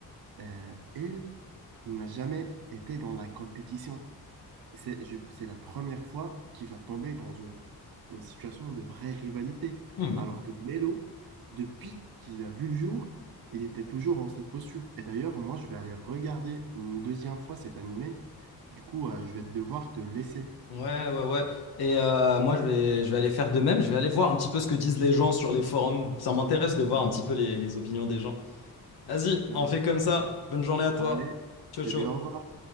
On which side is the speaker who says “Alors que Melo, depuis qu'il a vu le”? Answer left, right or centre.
Right